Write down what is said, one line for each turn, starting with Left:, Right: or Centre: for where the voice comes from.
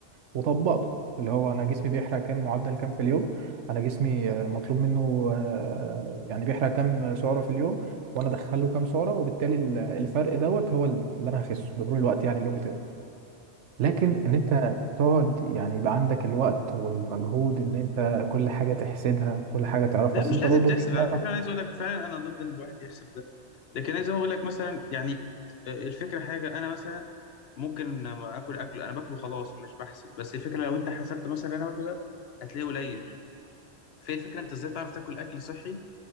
Right: وطبقته اللي هو انا جسمي بيحرق كام معدل كام في اليوم انا جسمي آه، مطلوب منه آه، يعني بيحرق كام سعره في اليوم وانا ادخله كام سعره وبالتالي ال- الفرق دوت هو اللي انا هخسه بمرور الوقت يعني اللي هو لكن ان انت تقعد يعني يبقى عندك الوقت والمجهود ان انت كل حاجه تحسبها كل حاجه تعرفها
Left: لا
Right: اصل
Left: مش
Right: انت
Left: لازم
Right: برضو
Left: تحسب
Right: مش هتعرف
Left: على فكره انا عايز اقول لك فعلا انا ضد ان الواحد يحسب ده لكن عايز اقول لك مثلا يعني آه، الفكره حاجه انا مثلا ممكن اكل اكل انا باكله خلاص مش بحسب بس الفكره لو انت حسبت مثلا اللي انا باكله ده هتلاقيه قليل فهي الفكره انت ازاي تعرف تاكل اكل صحي